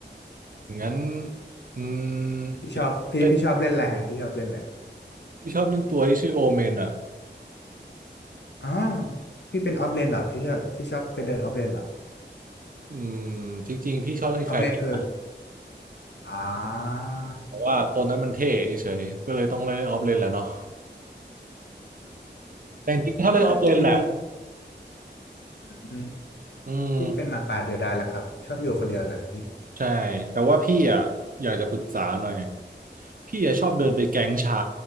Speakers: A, on the right; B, on the left.
A: งั้นอืมตีเล่น
B: พี่ชอบพี่พี่ชอบเล่นอะไรฮะพี่ชอบเล่นอะไร
A: พี่ชอบเล่นตัวที่ชื่อโอเมนอ่ะ
B: อ๋อพี่เป็นออฟเลนเหรอพี่ชอบพี่ชอบไปเดินออฟเลนเหรอ
A: อืมจริงๆพี่ชอบเล่นใคลรนะ
B: ออฟเลนคืออ่า
A: แต่ว่าตัวนั้นมันเท่เฉยก็เลยต้องเล่นออฟเลนแหละเนาะแต่จริงๆถ้าเล่นออฟเลนแหละ
B: <laughs> ที่จริงอืม
A: อืม
B: พี่เป็นหมาป่าเดียวดายแหละครับชอบอยู่คนเดียวแหละพี่
A: ใช่แต่ว่าพี่อ่ะอยากจะปรึกษาหน่อยพี่อ่ะชอบเดินไปแก๊งช้า